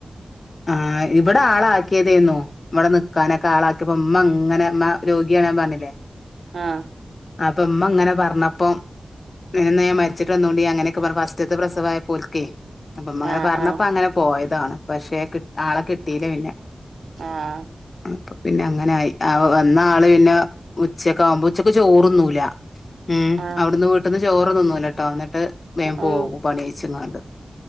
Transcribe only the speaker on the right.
ആഹ്
ആഹ്
ആഹ്
ആഹ്
ആഹ്
ആഹ്